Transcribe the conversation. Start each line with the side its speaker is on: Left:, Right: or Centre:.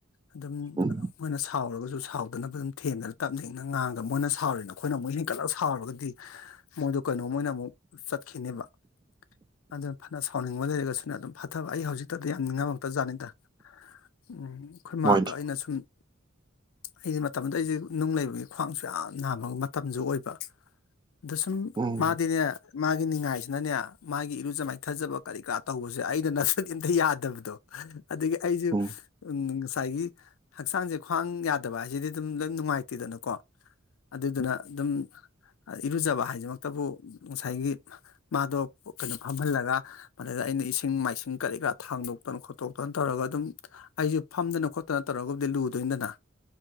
Left: ꯑꯗꯨꯝ
Right: ꯎꯝ
Left: ꯃꯣꯏꯅ ꯁꯥꯎꯔꯒꯁꯨ ꯁꯥꯎꯗꯅꯕ ꯑꯗꯨꯝ ꯊꯦꯝꯗꯅ ꯇꯞꯅ ꯏꯅ ꯉꯥꯡꯉꯒ ꯃꯣꯏꯅ ꯁꯥꯎꯔꯤꯅ ꯑꯩꯈꯣꯏꯅ ꯑꯃꯨꯛ ꯍꯦꯟꯀꯠꯂꯒ ꯁꯥꯎꯔꯒꯗꯤ ꯃꯣꯏꯗꯣ ꯀꯩꯅꯣꯝꯃꯅ ꯑꯃꯨꯛ ꯆꯠꯈꯤꯅꯦꯕ ꯑꯗꯨꯅ ꯐꯅ ꯁꯥꯎꯅꯤꯡꯕ ꯂꯩꯔꯒꯁꯨꯅ ꯑꯗꯨꯝ ꯐ ꯊꯕ ꯑꯩ ꯍꯧꯖꯤꯛꯇꯗꯤ ꯌꯥꯝ ꯉꯥꯡꯝꯃꯛꯇꯖꯥꯠꯅꯤꯗ ꯎꯝ ꯑꯩꯈꯣꯏ
Right: ꯃꯣꯏꯗꯤ
Left: ꯃꯥꯥꯗꯣ ꯑꯩꯅ ꯁꯨꯝ ꯑꯩꯗꯤ ꯃꯇꯝꯗ ꯑꯩꯁꯦ ꯅꯨꯡ ꯂꯩꯕꯒꯤ ꯈ꯭ꯋꯥꯡꯁꯨ ꯌꯥꯝ ꯅꯥꯕ ꯃꯇꯝꯁꯨ ꯑꯣꯏꯕ ꯑꯗꯨ ꯁꯨꯝ
Right: ꯎꯝ
Left: ꯃꯥꯗꯤꯅꯦ ꯃꯥꯒꯤ ꯅꯤꯡꯉꯥꯏꯁꯤꯅꯅꯦ ꯃꯥꯒꯤ ꯏꯔꯨꯖ ꯃꯥꯏꯊꯖꯕ ꯀꯔꯤ ꯀꯔꯥ ꯇꯧꯕꯁꯦ ꯑꯩ ꯑ ꯅꯁꯛ ꯏꯟꯇ ꯌꯥꯗꯕꯗꯣ ꯑꯗꯒꯤ ꯑꯩꯁꯦ
Right: ꯎꯝ
Left: ꯎ ꯉꯁꯥꯏꯒꯤ ꯍꯛꯆꯥꯡꯁꯦ ꯈ꯭ꯋꯥꯡ ꯌꯥꯗꯕ ꯍꯥꯏꯁꯤꯗꯤ ꯑꯗꯨꯝ ꯂꯣꯏ ꯅꯨꯡꯉꯥꯏꯇꯦꯗꯅꯀꯣ ꯑꯗꯨꯗꯨꯅ ꯑꯗꯨꯝ ꯏꯔꯨꯖꯕ ꯍꯥꯏꯁꯤꯃꯛꯇꯕꯨ ꯉꯁꯥꯏꯒꯤ ꯃꯥꯗꯣ ꯀꯩꯅꯣ ꯐꯝꯍꯜꯂꯒ ꯃꯗ ꯑꯩꯅ ꯁꯤꯡ ꯃꯥꯏꯁꯤꯡ ꯀꯔꯤ ꯀꯔꯥ ꯊꯥꯡꯗꯣꯛꯇꯅ ꯈꯣꯠꯇꯣꯛꯇꯅ ꯇꯧꯔꯒ ꯑꯗꯨꯝ ꯑꯩꯁꯨꯦ ꯐꯝꯗꯅ ꯈꯣꯠꯇꯅ ꯇꯧꯔꯒꯕꯨꯗꯤ ꯂꯨꯗꯣꯏꯗꯅ